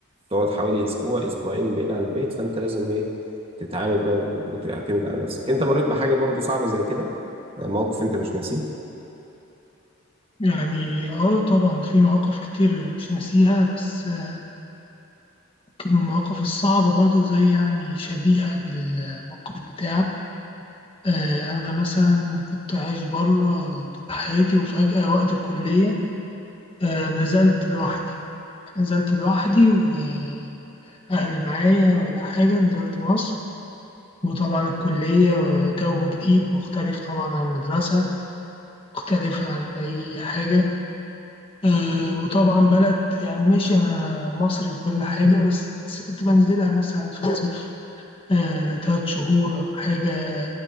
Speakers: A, on the right (about 25°); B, on the left (about 25°).
A: تقعد حوالي اسبوع اسبوعين بعيد عن البيت فانت لازم ايه تتعامل بقى و- وتعتمد على نفسك انت مريت بحاجة برضو صعبة زي كده موقف انت مش ناسيه
B: يعني اه طبعا في مواقف كتير مش ناسيها بس يمكن من المواقف الصعبة برضو زي يعني شبيهة بالموقف بتاعك آه، أنا مثلا كنت عايش بره طول حياتي وفجأة وقت الكلية آه، نزلت لوحدي نزلت لوحدي وأهلي معايا ولا حاجة نزلت مصر وطبعا الكلية جو جديد مختلف طبعا عن المدرسة مختلف عن أي حاجة آه، وطبعا بلد يعني ماشي أنا مصري وكل حاجة بس بس كنت بنزلها مثلا في الصيف آه، تلات شهور أو حاجة